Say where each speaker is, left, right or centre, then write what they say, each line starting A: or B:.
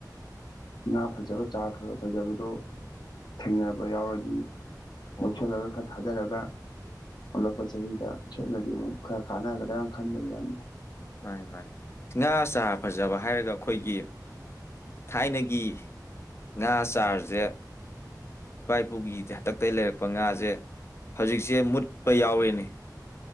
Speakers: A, on the left; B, on the left.
A: ꯉꯥ ꯐꯖꯕ ꯆꯥꯈ꯭ꯔꯔ ꯐꯖꯕꯗꯣ ꯊꯦꯡꯅꯕ ꯌꯥꯎꯔꯗꯤ
B: ꯑꯣ
A: ꯂꯧꯁꯜꯂꯒ
B: ꯍꯣ
A: ꯈꯔ ꯊꯥꯖꯔꯒ ꯑꯣꯂꯛꯄ ꯆꯍꯤꯗꯠꯂꯗꯤ ꯑꯃꯨꯛ ꯈꯔ ꯈꯅꯒꯗ ꯈꯟꯕꯒꯤ ꯋꯥꯗ
B: ꯃꯥꯅꯤ ꯃꯥꯅꯤ ꯉꯥ ꯆꯥꯔ ꯐꯖꯕ ꯍꯥꯏꯔꯒ ꯑꯩꯈꯣꯏꯒꯤ ꯊꯥꯏꯅꯒꯤ ꯉꯥ ꯆꯥꯔꯁꯦ ꯏꯄꯥ ꯏꯄꯨꯒꯤ ꯍꯥꯛꯇꯛꯇꯒꯤ ꯂꯩꯔꯛꯄ ꯉꯥꯁꯦ ꯍꯧꯖꯤꯛꯁꯦ ꯃꯨꯠꯄ ꯌꯥꯎꯔꯤꯅꯤ